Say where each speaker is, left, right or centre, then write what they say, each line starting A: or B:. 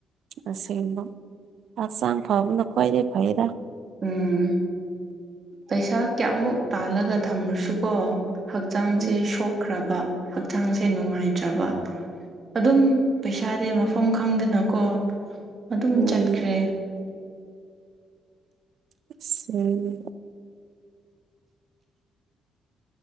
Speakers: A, on the right (about 70°); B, on the right (about 40°).
A: ꯑꯁꯤꯦꯡꯕ ꯍꯛꯆꯥꯡ ꯐꯕꯅ ꯈ꯭ꯋꯥꯏꯗꯒꯤꯩ ꯐꯩꯔ
B: ꯎꯝ ꯄꯩꯁꯥ ꯀꯌꯥꯃꯨꯛ ꯄꯥꯜꯂꯒ ꯊꯝꯂꯁꯨꯀꯣ ꯍꯛꯆꯥꯡꯁꯦ
A: ꯎꯝ
B: ꯁꯣꯛꯈ꯭ꯔꯕ ꯍꯛꯆꯥꯡꯁꯦ ꯅꯨꯡꯉꯥꯏꯇ꯭ꯔꯕ ꯑꯗꯨꯝ ꯄꯩꯁꯥꯗꯤ ꯃꯐꯝ ꯈꯪꯗꯅꯀꯣ ꯑꯗꯨꯝ
A: ꯎꯝ
B: ꯆꯠꯈ꯭ꯔꯦ
A: ꯎ